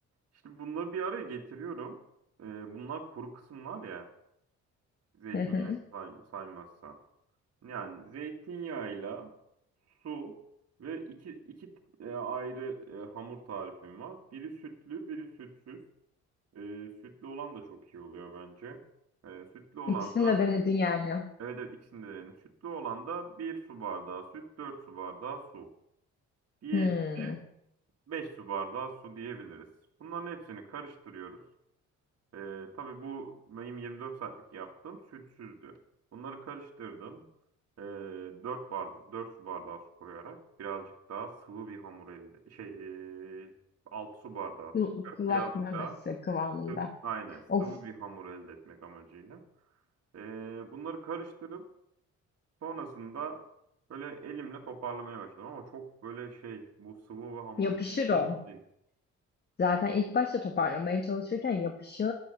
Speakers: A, on the right (about 55°); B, on the left (about 35°).
A: İşte bunları bir araya getiriyorum. Ee, bunlar kuru kısımlar ya. Zeytinyağı
B: <laughs>
A: say saymazsan. Yani zeytinyağıyla su ve iki, iki e, ayrı e, hamur tarifim var. Biri sütlü, biri sütsüz. Ee, sütlü olan da çok iyi oluyor bence. Ee, sütlü olan
B: İkisini
A: da
B: de denedin yani.
A: evet evet ikisini de denedim. Sütlü olan da bir su bardağı süt, 4 su bardağı su. Diğeri
B: Hmm.
A: de 5 su bardağı su diyebiliriz. Bunların hepsini karıştırıyoruz. Ee, tabii bu benim 24 saatlik yaptığım sütsüzdü. Bunları karıştırdım. Ee, 4 bardağı, 4 su bardağı su koyarak birazcık daha sıvı bir hamur elde şey ee, 6 su bardağı su
B: Kul-
A: koyarak
B: Kulak
A: birazcık
B: memesi
A: daha
B: kıvamında.
A: Sıv- Aynen sıvı
B: Of
A: bir hamur elde etmek amacıyla. Ee, bunları karıştırıp sonrasında böyle elimle toparlamaya başladım ama çok böyle şey bu sıvı ve hamur
B: yapışır
A: bilir
B: o.
A: misin?
B: Zaten ilk başta toparlamaya çalışırken yapışır.